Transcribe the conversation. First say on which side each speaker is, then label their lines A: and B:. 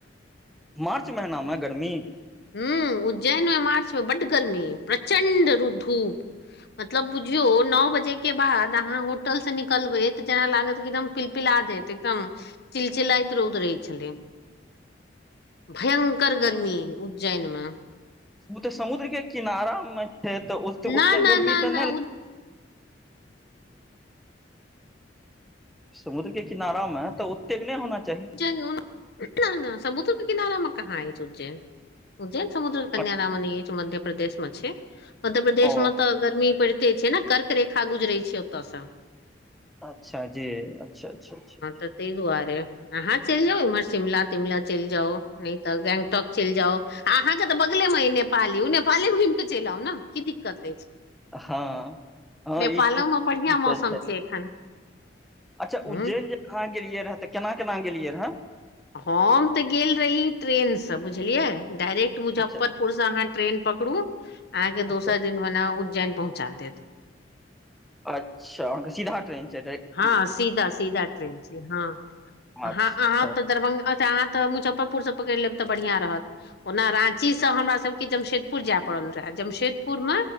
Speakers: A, in the centre; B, on the left (about 60°).
A: मार्च महिना मे गर्मी।
B: हूँ उज्जैन मे मार्च मे बड गर्मी प्रचण्ड रू धूप। मतलब बुझियो न बजे के बाद आहाँ होटल से निकलबे तऽ जेना लागत एकदम। पिल पिलादेत एकदम चिलचिलइत रौद रहै छेलै। भयंकर गर्मी उज्जैन मे।
A: मुदा समुद्र के किनारा मे छै तऽ ओते-ओते
B: ना ना
A: गर्मी
B: ना ना
A: तऽ नैय ल समुद्र के किनारा मे तऽ ओतेक नैय होना चाही।
B: उज्जैन समुद्र के किनारा मे कहाँ अैछ उज्जैन उज्जैन। समुद्र किनारा
A: अ
B: मे नै अैछ ध्यप्रदेश मे छै मध्यप्रदेश
A: ओ
B: मे। तऽ गर्मी पड़िते छै ने कर्क रेखा गुजरेै छैय ओतऽ स।
A: अच्छा जे अच्छा- अच्छा अच्छा।
B: तैय दुआरे आहाँ चैल जाउ इम्हर शिमला -तिमला चैल जाउ। नैय तऽ गैंगटोक चैल जाउ आहाँ के तऽ बगले मे या नेपाल यौ नेपाले घुम चैल औ ने की दिक्कत अैछ।
A: हँ हँ
B: नेपालो
A: ई त
B: मे बढ़ियां
A: ई
B: मौसम
A: तऽ
B: छै एखन।
A: अच्छा उज्जैन
B: ह
A: जे आहाँ गेलियै रह तऽ केना -केना गेलियै रहे।
B: हम तऽ गेल रही ट्रेन स बुझलियै डायरेक्ट मुजफ्फरपुर
A: अच्छा
B: से आहाँ ट्रेन पकड़ू आहाँ के
A: अच्छा
B: दोसर दिन भने उज्जैन पहुँचा देत।
A: अच्छा आँहा के सिधा ट्रेन छै डायरेक्ट
B: ह सीधा -सीधा ट्रेन छै हं।
A: अच्छा
B: ह आहाँ तऽ दरभंगा आहाँ तऽ मुजफ्फरपुर से पकैड़ लेब तऽ बढ़िया रहत ओना राँची। सब हमरा सबके जमशेदपुर जेेएय पड़ल रहे जमशेदपुर मे।